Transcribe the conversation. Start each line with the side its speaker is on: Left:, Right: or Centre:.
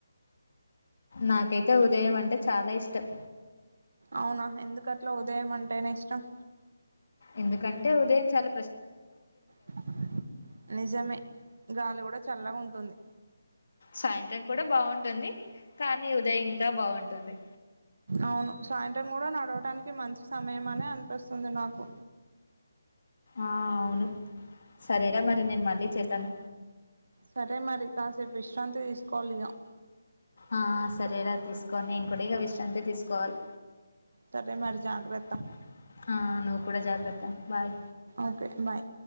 Left: నాకైతే ఉదయం అంటే చాలా ఇష్టం
Right: అవునా ఎందుకట్లా ఉదయం అంటేనే ఇష్టం
Left: ఎందుకంటే ఇదేం చాల
Right: <inaudible> నిజమే గాలి కూడా చల్లగా ఉంటు తొన్ని
Left: సాయంత్రం కూడా బాగుంటుంది కానీ ఉదయం ఇంకా బాగుంటుంది
Right: అవును సాయంత్రం కూడా నడవటానికి మంచి సమయం అని అనిపిస్తుంది నాకు
Left: ఆ అవును సరేరా మరి నేను మళ్ళీ చేశాను
Right: సరే మరి కాసేపు విశ్రాంతి తీసుకోవాలి ఇక
Left: ఆ సరేరా తీసుకొని ఒకడగా విశ్రాంతి తీసుకోవాలి
Right: సరే
Left: <inaudible>
Right: మరి జాగ్రత్త
Left: ఆ నువ్వు కూడా జాగ్రత్త బాయ్
Right: ఓకే బాయ్